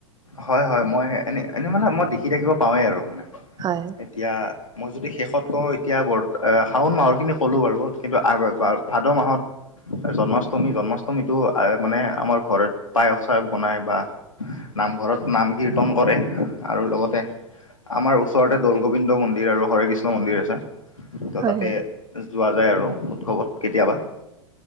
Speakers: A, on the left; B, on the right.
A: হয় হয় মই এনে এনেই মানে মই দেখি থাকিব পাওঁৱেই আৰু মানে।
B: হয়।
A: এতিয়া। মই যদি শেষত কওঁ এতিয়া বৰ শাওণ মাহৰ খিনি ক'লো বাৰু কিন্তু আ ভাদ মাহত- জন্মাষ্টমী, জন্মাষ্টমীতটো, মানে আমাৰ ঘৰত পায়স চায়স বনাই বা- নামঘৰত, নাম, কীৰ্তন, কৰে। আৰু লগতে আমাৰ ওচৰতে দৌল, গোবিন্দ মন্দিৰ আৰু হৰে, কৃষ্ণ মন্দিৰ আছে। ত
B: হয়,
A: তাতে-
B: হয়,
A: যোৱা যায় আৰু উৎসৱত, কেতিয়াবা।